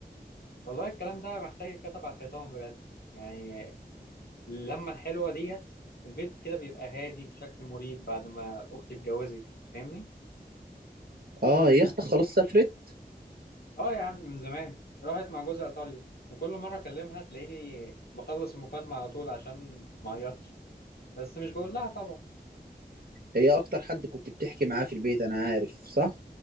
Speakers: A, on the left; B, on the right.
A: والله الكلام ده محتاج يتكتب على الحيطان بجد يعني اللمة الحلوة ديت البيت كده بيبقى هادي بشكل مريب بعد ما أختي اتجوزت فاهمني؟
B: اه هي اختك خلاص سافرت
A: اه يا عم من زمان راحت مع جوزها ايطاليا وكل مره اكلمها تلاقيني بخلص المكالمه على طول عشان ما اعيطش بس مش بقول لها طبعا
B: هي اكتر حد كنت بتحكي معاه في البيت انا عارف صح